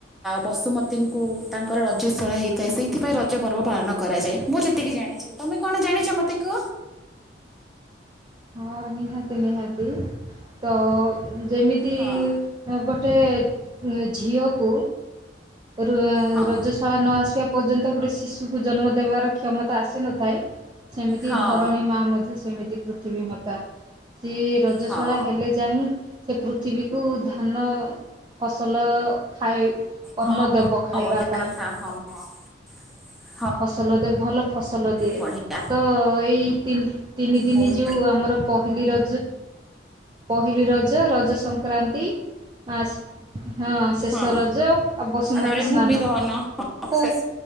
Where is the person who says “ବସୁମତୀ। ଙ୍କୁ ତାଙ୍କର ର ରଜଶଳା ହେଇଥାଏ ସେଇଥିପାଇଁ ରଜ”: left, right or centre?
Centre